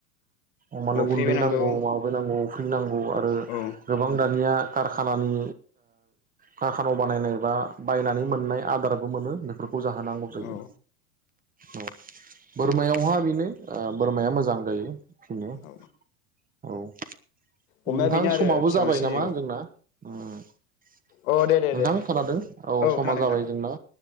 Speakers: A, on the right; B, on the left.
A: अमानो
B: अफ्रि
A: गुन्दै
B: बायनांगौ
A: नांगौ माबो नांगौ फैलां आरो
B: औ
A: गोबां दानिया कारखानानि कारखानायाव बानायनाय बा बायनानै मोननाय आदाराबो मोनो बेफोरखौ फुजा जाहोनांगौ जायो
B: औ
A: औ बोरमायावहा बेनो बोरमाया मोजां जायो <unintelligible>
B: औ
A: औ।
B: अमाया
A: नोंथां
B: बेनो आरो
A: समाबो
B: फिसा
A: जाबाय
B: बांसिन
A: नामा
B: जिउ
A: जोंना नोंथां
B: अ दे दे दे
A: खोनादों औ समा
B: खोनादों नोंथां
A: जाबाय जोंना